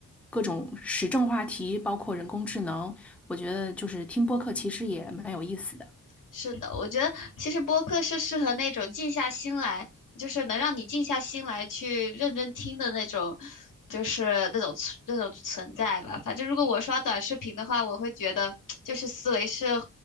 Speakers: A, in the centre; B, on the left.
A: 各种时政话题，包括人工智能，我觉得就是听播客其实也蛮有意思的。
B: 是的，我觉得其实播客是适合那种静下心来，就是能让你静下心来去认真听的那种，就是那种存那种存在吧。反正如果我刷短视频的话，我会觉得就是思维是